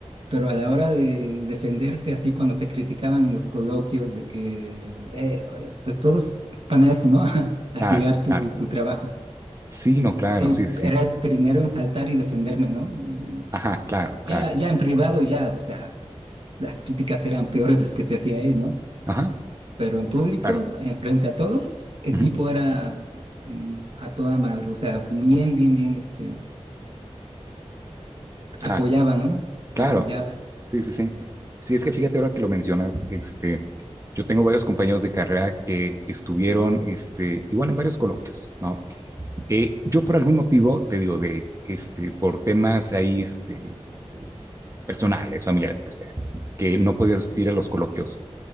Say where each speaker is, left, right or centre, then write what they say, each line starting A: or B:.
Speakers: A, on the right; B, on the right.
A: pero a la hora de defenderte así cuando te criticaban en los coloquios de que, eh, pues todos para eso, ¿no? <laughs> A
B: claro,
A: tirar tu,
B: claro,
A: tu trabajo.
B: sí, no, claro,
A: Él
B: sí, sí, sí.
A: era el primero en saltar y defenderme, ¿no? Y
B: Ajá, claro,
A: ya,
B: claro.
A: ya en privado, ya, o sea, las críticas eran peores las que te hacía él, ¿no?
B: Ajá,
A: Pero en público,
B: claro.
A: eh, frente a todos, el
B: ujú,
A: tipo era mm, a toda madre, o sea, bien,
B: súper,
A: bien, bien, este,
B: Claro,
A: apoyaba, ¿no?
B: claro.
A: Apoyaba.
B: Sí, sí, sí. Sí, es que fíjate ahora que lo mencionas, este, yo tengo varios compañeros de carrera que estuvieron, este, igual en varios coloquios, ¿no? Eh, yo por algún motivo, te digo, de, este, por temas ahí, este, personales, familiares, lo que sea, que no podía asistir a los coloquios,